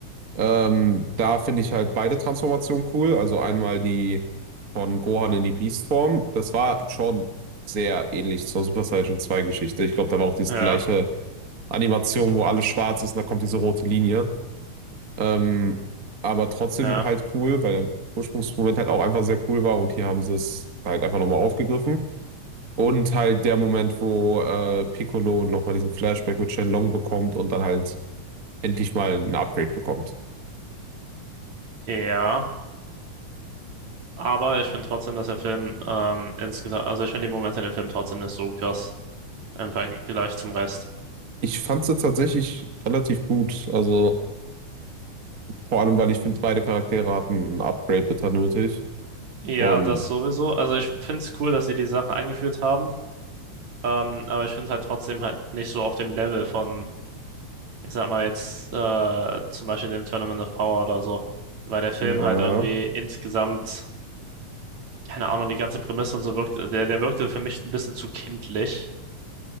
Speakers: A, on the right (about 35°); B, on the right (about 65°).
A: Ähm, da finde ich halt beide Transformationen cool. Also einmal die von Gohan in die Beast-Form. Das war schon sehr ähnlich zur Super Saiyan zwei Geschichte. Ich glaube, da war auch diese
B: Ja,
A: gleiche Animation, wo alles schwarz ist und da kommt diese rote Linie. Ähm, aber trotzdem
B: ja,
A: halt cool, weil der Ursprungsmoment halt auch einfach sehr cool war und hier haben sie es halt einfach nochmal aufgegriffen. Und halt der Moment, wo äh, Piccolo nochmal diesen Flashback mit Shenlong bekommt und dann halt endlich mal ein Upgrade bekommt.
B: ja. Aber ich finde trotzdem, dass der Film ähm, insgesamt, also ich finde die Momente in dem Film trotzdem nicht so krass im Vergleich zum Rest.
A: Ich fand sie tatsächlich relativ gut. Also vor allem, weil ich finde, beide Charaktere hatten ein Upgrade bitter nötig.
B: Ja,
A: Und
B: das sowieso. Also ich finde es cool, dass sie die Sachen eingeführt haben, ähm, aber ich finde es halt trotzdem halt nicht so auf dem Level von, ich sag mal jetzt äh, zum Beispiel dem Tournament of Power oder so, weil der Film
A: ja.
B: halt irgendwie insgesamt, keine Ahnung, die ganze Prämisse und so wirkte, der, der wirkte für mich ein bisschen zu kindlich